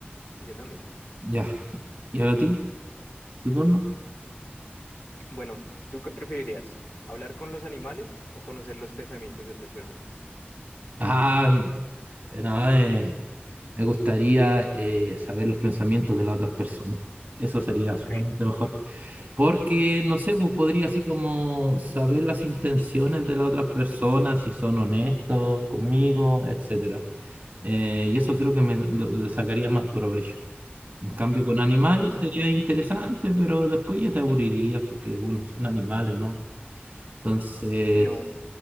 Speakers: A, on the left; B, on the right.
A: Yo también.
B: Ya. ¿Y ahora a ti? ¿Tu turno?
A: Bueno, ¿tú qué preferirías? ¿Hablar con los animales o conocer los pensamientos de otras personas?
B: Ah, no, eh, me gustaría eh, saber los pensamientos de las otras personas. Eso sería
A: Ok,
B: sumamente mejor. Porque, no sé, pues podría así como saber las intenciones de las otras personas si son honestos conmigo, etcétera. Eh, y eso creo que me lo- le sacaría más provecho. En cambio, con animales
A: Claro, claro.
B: sería interesante, pero después ya te aburrirías porque, bueno, son animales, ¿no? Entonces,
A: Si no,